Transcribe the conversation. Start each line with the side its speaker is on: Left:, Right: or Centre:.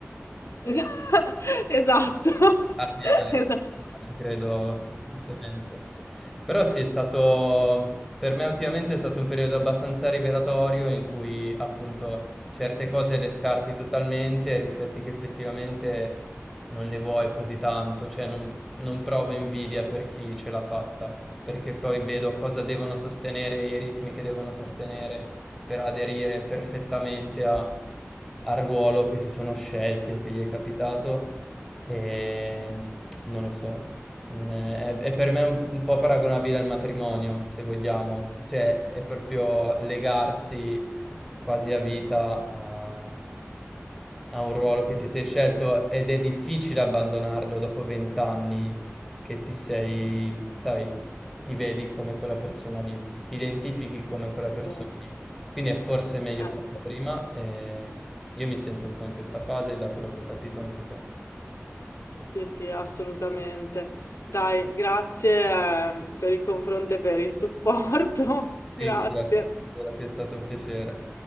Left: Esa <laughs> esatto,
Centre: Armi
Left: <laughs>
Centre: agli altri,
Left: esatto.
Centre: no, ma ci credo fortemente. Però sì, è stato, per me ultimamente è stato un periodo abbastanza rivelatorio in cui appunto certe cose le scarti totalmente e rifletti che effettivamente non le vuoi così tanto, cioè non, non provo invidia per chi ce l'ha fatta, perché poi vedo cosa devono sostenere, i ritmi che devono sostenere per aderire perfettamente a- al ruolo che si sono scelti o che gli è capitato. Ehm, non lo so, non è, è- è per me un, un po' paragonabile al matrimonio, se vogliamo, cioè è proprio legarsi quasi a vita a, a un ruolo che ti sei scelto ed è difficile abbandonarlo dopo vent'anni che ti sei, sai, ti vedi come quella persona lì, ti identifichi come quella persona
Left: Sì,
Centre: lì. Quindi è forse meglio
Left: assu
Centre: farlo prima e io mi sento un po' in questa fase, da quello che ho capito anche te.
Left: sì, sì, assolutamente. Dai, grazie eh, per il confronto e per il supporto. <laughs> Grazie.
Centre: Figurati, figurati, è stato un piacere.